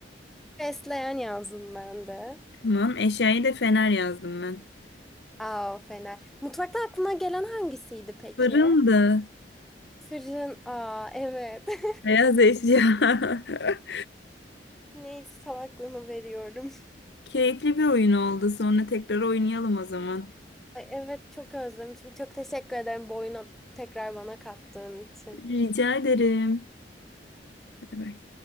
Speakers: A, in the centre; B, on the left.
A: <laughs> Fesleğen yazdım ben de.
B: Tamam. Eşyayı da fener yazdım ben.
A: Aa, fena. Mutfakta aklına gelen hangisiydi peki?
B: Fırındı.
A: Fırın. Aa, evet. <laughs>
B: Beyaz eşya. <laughs>
A: Neyse salaklığımı veriyorum.
B: Keyifli bir oyun oldu. Sonra tekrar oynayalım o zaman.
A: Ay, evet çok özlemişim. Çok teşekkür ederim bu oyunu tekrar bana kattığın için.
B: Rica ederim. Bay bay.